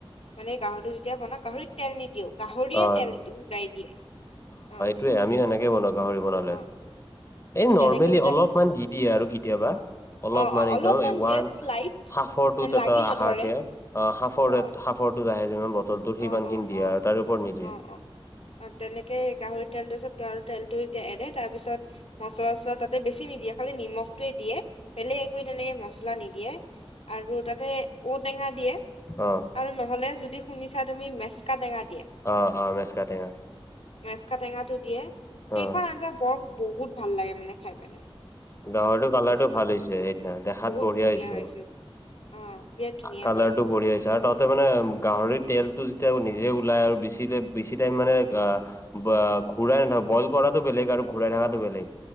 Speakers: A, on the left; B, on the left.
A: মানে গাঁৱতো এতিয়া বনাওঁ গাহৰিত তেল নিদিও, গাহৰিয়ে
B: অ
A: তেল ওলাই দিয়ে অ।
B: সেইটোৱে আমি সেনেকেই বনাওঁ গাহৰি বনালে।
A: অ
B: এই নৰ্মেলি
A: তেনেকে যেতিয়া
B: অলপমান দি দিয়ে আৰু কেতিয়াবা। অলপমান
A: অ অ
B: একদম ওৱান
A: জাষ্ট লাইট
B: সাফৰটো
A: যেন লাগি
B: এটা
A: নধৰে
B: আহা কে আ সাফৰ
A: অ
B: সাফৰটো আহে যিমান বটলটো সিমানখিনি
A: অ অ
B: দিয়ে
A: অ অ
B: আৰু তাৰ ওপৰত নিদিয়ে।
A: অ অ তেনেকে গাহৰি তেল তাৰ পিছত গাহৰি তেলটো যেতিয়া এৰে তাৰপিছত মচলা-চচলা তাতে বেছি নিদিয়ে খালি নিমখটোৱে দিয়ে। বেলেগ একো তেনেকে মছলা নিদিয়ে আৰু তাতে ঔটেঙা দিয়ে
B: অ
A: আৰু নহ'লে যদি শুনিছা তুমি মেচকা টেঙা দিয়ে।
B: অ অ মেছকা টেঙা।
A: মেচকা টেঙাটো দিয়ে। সেইখন
B: অ
A: আঞ্জা বৰ বহুত ভাল লাগে মানে খাই পিনে।
B: গাহৰিটো কালাৰটো ভাল হৈছে সেইদিনা দেখাত
A: বহুত
B: বঢ়িয়া
A: ধুনীয়া
B: হৈছে।
A: অ বিৰাট ধুনীয়া
B: কালাৰটো
A: হয়
B: বঢ়িয়া হৈছে আৰু <unintelligible> তাৰমানে গাহৰিৰ তেলটো যেতিয়া নিজে ওলাই আৰু বেছিকে বেছি টাইম মানে আহ বা ঘূৰাই নাথাকো, বইল কৰাতো বেলেগ আৰু ঘূৰাই থাকাতো বেলেগ,